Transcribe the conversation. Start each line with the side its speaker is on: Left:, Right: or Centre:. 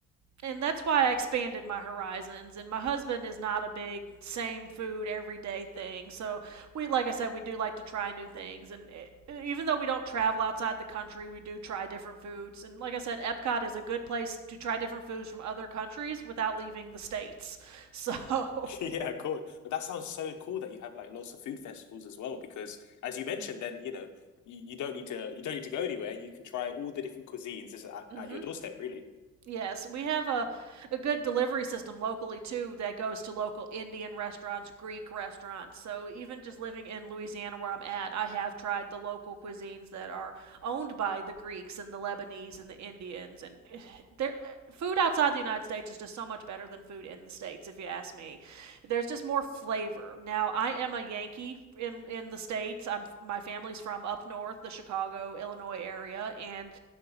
Right: and that's why I expanded my horizons. And my husband is not a big same food everyday thing. So we, like I said, we do like to try new things. And it, even though we don't travel outside the country, we do try different foods. And like I said, Epcot is a good place to try different foods from other countries without leaving the states. So.
Left: <laughs>
Right: <laughs>
Left: Yeah, cool. That sounds so cool that you have like lots of food festivals as well, because as you mentioned, then you know you, you don't need to you don't need to go anywhere. You can try all the different cuisines just at,
Right: Mm-hmm.
Left: at your doorstep, really.
Right: Yes, we have a, a good delivery system locally too that goes to local Indian restaurants, Greek restaurants. So even just living in Louisiana where I'm at, I have tried the local cuisines that are owned by the Greeks and the Lebanese and the Indians and <sighs> there food outside the United States is just so much better than food in the States if you ask me. There's just more flavor. Now, I am a Yankee in in the States. I'm my family's from up north, the Chicago, Illinois area and